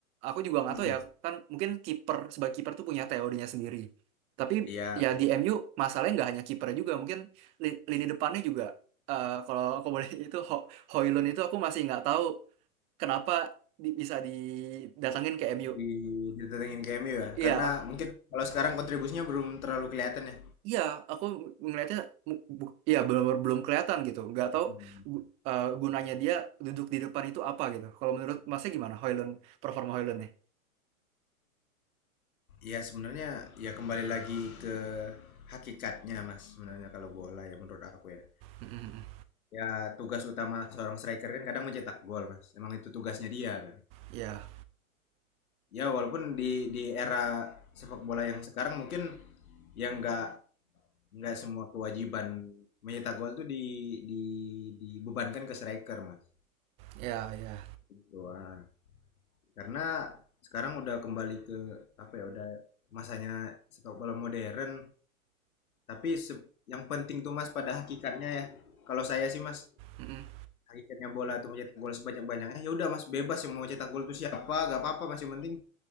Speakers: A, on the right (about 15°); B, on the left (about 75°).
A: Aku juga nggak
B: mhm,
A: tahu ya kan mungkin kiper sebagai kiper tuh punya teorinya sendiri. Tapi
B: iya
A: ya di MU masalahnya nggak hanya kiper juga mungkin li- lini depannya juga eh, kalau aku boleh <laughs> itu Ho- Hoylund itu aku masih nggak tahu kenapa di- bisa didatangin ke MU.
B: di didatengin ke MU ya
A: Iya,
B: karena
A: ak-
B: mungkin kalau sekarang kontribusinya belum terlalu kelihatan ya,
A: iya, aku ngelihatnya mu- bu- iya belum belum kelihatan gitu. Nggak tahu
B: mhm.
A: gu- eh, gunanya dia duduk di depan itu apa gitu. Kalau menurut Masnya gimana Hoylund performa Hoylund nih?
B: Ya sebenarnya ya kembali lagi ke hakikatnya Mas sebenarnya kalau bola ya menurut aku ya.
A: Mm-mm.
B: Ya tugas utama seorang striker kan kadang mencetak gol Mas. Emang itu tugasnya dia kan.
A: Iya,
B: Ya walaupun di di era sepak bola yang sekarang mungkin yang nggak nggak semua kewajiban mencetak gol tuh di, di dibebankan ke striker Mas.
A: iya, iya.
B: Gitu, ah. Karena sekarang udah kembali ke apa ya udah masanya sepak bola modern Tapi se- yang penting tuh Mas pada hakikatnya ya. Kalau saya sih Mas,
A: Mm-mm.
B: hakikatnya bola itu mencetak gol sebanyak-banyaknya. Ya udah Mas, bebas yang mau cetak gol itu siapa, gak apa-apa Mas. Yang penting